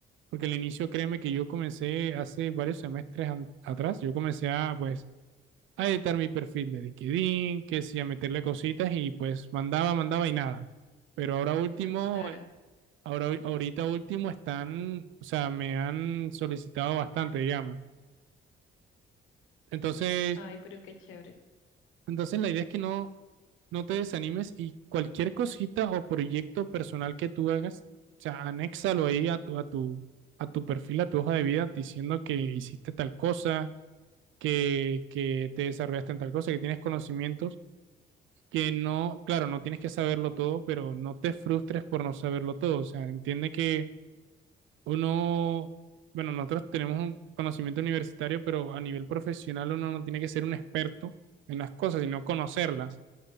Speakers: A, on the right (about 80°); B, on the left (about 85°).
A: porque al inicio, créeme que yo comencé hace varios semestres an- atrás, yo comencé a, pues, a editar mi perfil de LinkedIn, que sí, a meterle cositas y pues mandaba, mandaba y nada. Pero ahora último,
B: No, claro.
A: eh, ahora, ahorita último están, o sea, me han solicitado bastante, digamos. Entonces,
B: Ay, pero qué chévere.
A: entonces la idea es que no no te desanimes y cualquier cosita o proyecto personal que tú hagas, o sea, anéxalo ahí a tu, a tu, a tu perfil, a tu hoja de vida, diciendo que hiciste tal cosa, que, que te desarrollaste en tal cosa, que tienes conocimientos, que no, claro, no tienes que saberlo todo, pero no te frustres por no saberlo todo. O sea, entiende que uno, bueno, nosotros tenemos un conocimiento universitario, pero a nivel profesional uno no tiene que ser un experto en las cosas, sino conocerlas